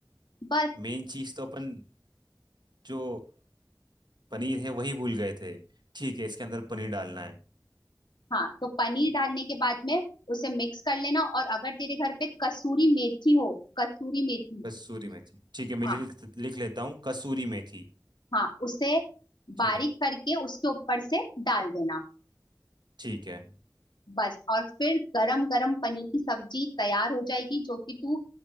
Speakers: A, on the left; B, on the right.
A: बस
B: मेन चीज तो अपन जो पनीर है वही भूल गए थे ठीक है इसके अंदर पनीर डालना है
A: हाँ तो पनीर डालने के बाद में उसे मिक्स कर लेना और अगर तेरे घर पे कसूरी मेथी हो कसूरी मेथी
B: कसूरी मेथी ठीक है मैं
A: हाँ
B: लिख लिख लेता हूँ कसूरी मेथी
A: हाँ उसे
B: ठीक
A: बारीक
B: है
A: करके उसके ऊपर से डाल देना
B: ठीक है
A: बस और फिर गरम गरम पनीर की सब्जी तैयार हो जाएगी जो कि तू